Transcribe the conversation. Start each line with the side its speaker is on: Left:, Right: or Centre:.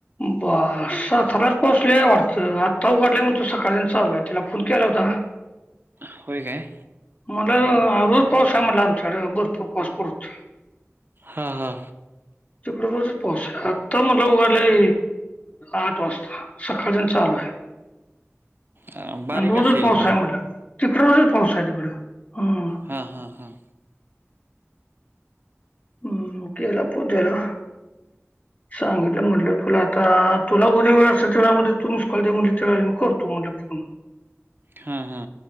Left: बरं, साताऱ्यात पाऊस लईये वाटतं. आता उघडलाय म्हणतो, सकाळधरण चालूय. तिला फोन केला होता ना.
Right: होय काय?
Left: म्हटलं रोज पाऊस आहे म्हटला आमच्याकडे, भरपूर पाऊस पडतूय.
Right: हा हा.
Left: तिकड रोजच पाऊस, आत्ता म्हणला उघडलाय आठ वाजता. सकाळधरणं चालूय.
Right: अ, बारीक
Left: आणि रोजच
Right: असेल
Left: पाऊस
Right: मग
Left: आहे म्हटला. तिकड रोजच पाऊस आहे तिकडं. <unintelligible>
Right: हां हां हां.
Left: हम्म, केला फोण त्याला सांगितलं म्हटलं, तुला आता तुला उद्या वेळ असल, त्याला म्हटलं तू मिस कॉल दे म्हणलं. त्या वेळी मी करतो म्हटलं फोन.
Right: हा हा,